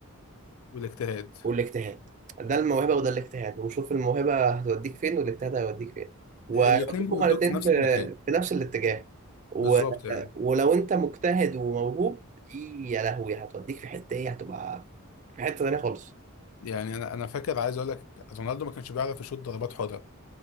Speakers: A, on the left; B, on the right.
A: والاجتهاد
B: والاجتهاد ده الموهبه وده الاجتهاد وشوف الموهبه هتوديك فين والاجتهاد هيوديك فين ويوديك
A: الاثنين بيودوك
B: هما الاثنين
A: في نفس
B: في
A: المكان
B: في نفس الاتجاه و...
A: بالظبط يعني
B: ولو انت مجتهد وموهوب دي يا لهوي هتوديك في حته ايه هتبقى في حته تانيه خالص
A: يعني انا انا فاكر عايز اقول لك رونالدو ما كانش بيعرف يشوط ضربات حره